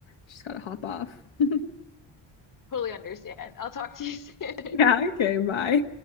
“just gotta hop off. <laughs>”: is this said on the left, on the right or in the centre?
Left